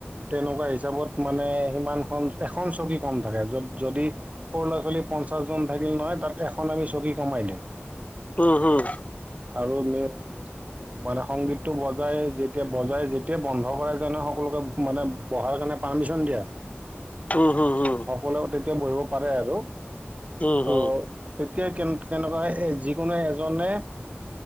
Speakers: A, on the right; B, on the left.
A: তেনেকুৱা হিচাপত মানে সিমানখন এখন চকী কম থাকে য যদি। সৰু ল'ৰা ছোৱালী পঞ্চাশ জন থাকিল নহয় তাত এখন আমি চকী কমাই দিওঁ।
B: উম।
A: আৰু মেইন। মানে সংগীততটো বজাই যেতিয়া বজাই যেতিয় বন্ধ কৰা যায় নহয় সকলোকে। মানে বহাৰ কাৰণে পাৰ্মিছন দিয়া।
B: উ <inaudible> উম উম উম।
A: সকলোৱ তেতিয়া বহিব পাৰে আৰু।
B: উম
A: ত'
B: হুম
A: তেতিয়া কে কেনেকুৱা হয় যিকোনো এজনে।